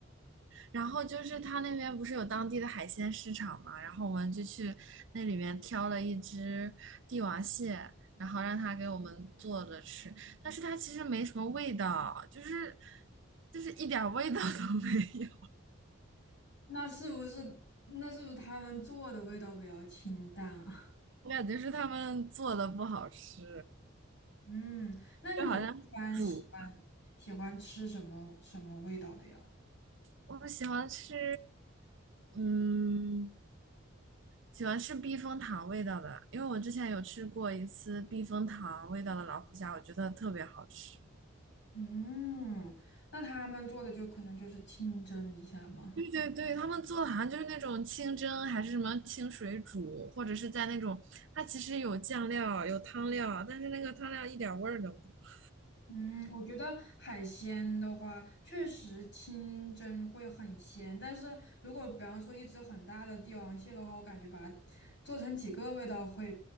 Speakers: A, on the right; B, on the left.
A: 然后就是他那边不是有当地的海鲜市场嘛，然后我们就去那里面挑了一只帝王蟹，然后让他给我们做着吃，但是它其实没什么味道，就是就是一点儿味道 <laughs> 都没有，
B: 那是不是那是不是他们做的味道比较清淡啊？
A: 我感觉是他们做的不好吃，
B: <laughs> 嗯，那你一般喜欢喜欢吃什么什么味道的呀？
A: 就好像煮，我喜欢吃，嗯。喜欢吃避风塘味道的，因为我之前有吃过一次避风塘味道的老虎虾，我觉得特别好吃。
B: 嗯，那他们做的就可能就是清蒸一下吗？
A: 对对对，他们做的好像就是那种清蒸，还是什么清水煮，或者是在那种，它其实有酱料，有汤料，但是那个汤料一点味儿都没有。
B: 嗯，我觉得海鲜的话，确实清蒸会很鲜，但是如果比方说一只很大的帝王蟹的话，我感觉把它做成几个味道会，